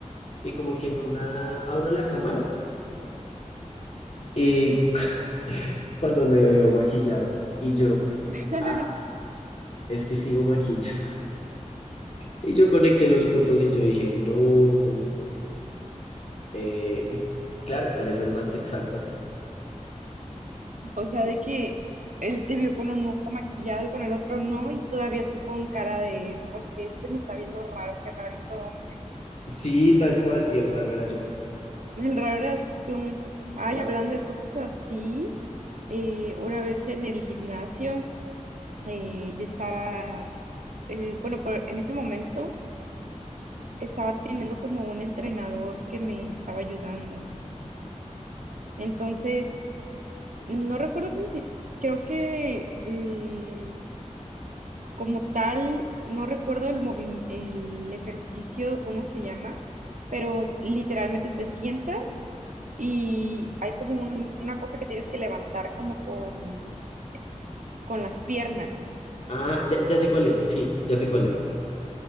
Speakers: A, on the left; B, on the right.
A: y como que en una abro la cámara y <laughs> cuando me veo maquillado y yo,
B: <laughs>
A: ah, es que sigo maquillado. <laughs> Y yo conecté los puntos y yo dije, no, eh, claro, por eso el man se exaltó.
B: O sea, de que él te vio con un ojo maquillado y con el otro no, y todavía tú con cara de, porque este me está viendo raro, qué rarito hombre.
A: Sí, tal cual. Y el raro era yo.
B: El raro tú. Ay,
A: Era
B: hablando de cosas así, eh, una vez en el gimnasio, eh, yo estaba, eh, bueno, pero en ese momento estaba teniendo como un entrenador que me estaba ayudando. Entonces, no recuerdo cómo se creo que eh, como tal, no recuerdo el movi- el ejercicio, cómo se llama, pero literalmente te sientas y hay como un- una cosa que tienes que levantar como con, con las piernas.
A: Ah, ya, ya sé cuál es. Sí, ya sé cuál es.